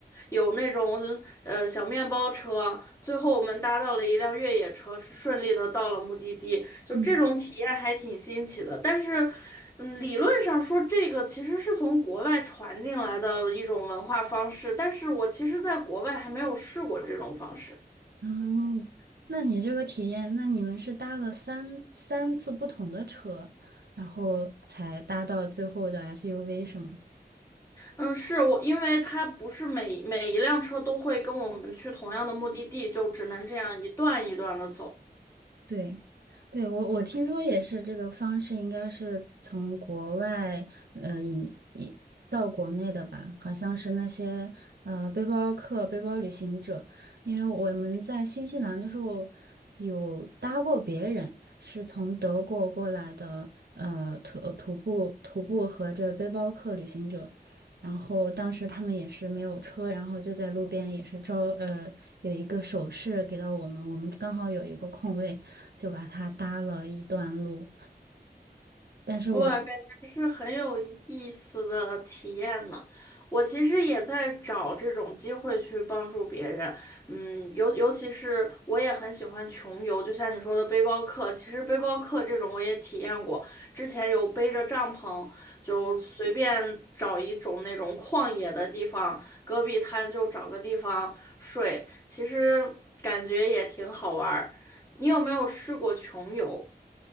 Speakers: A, on the left (about 15°); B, on the right (about 70°).
A: 有那种呃小面包车，最后我们搭到了一辆越野车，顺利的到了目的地，就这种体验还挺新奇的，
B: 嗯，
A: 但是。嗯，理论上说，这个其实是从国外传进来的一种文化方式，但是我其实在国外还没有试过这种方式。
B: 哦，那你这个体验，那你们是搭了三三次不同的车，然后才搭到最后的 SUV 是吗？
A: 嗯，是我，因为它不是每每一辆车都会跟我们去同样的目的地，就只能这样一段一段的走。
B: 对，对，我我听说也是这个方式，应该是从国外呃引引到国内的吧？好像是那些呃背包客、背包旅行者，因为我们在新西兰的时候有搭过别人，是从德国过来的呃徒徒步徒步和这背包客旅行者，然后当时他们也是没有车，然后就在路边也是招呃有一个手势给到我们，我们刚好有一个空位，就把它搭了一段路。但是我自
A: 哇，感觉是很有意思的体验呢。我其实也在找这种机会去帮助别人，嗯，尤尤其是我也很喜欢穷游，就像你说的背包客，其实背包客这种我也体验过，之前有背着帐篷，就随便找一种那种旷野的地方，戈壁滩就找个地方睡，其实感觉也挺好玩儿。你有没有试过穷游？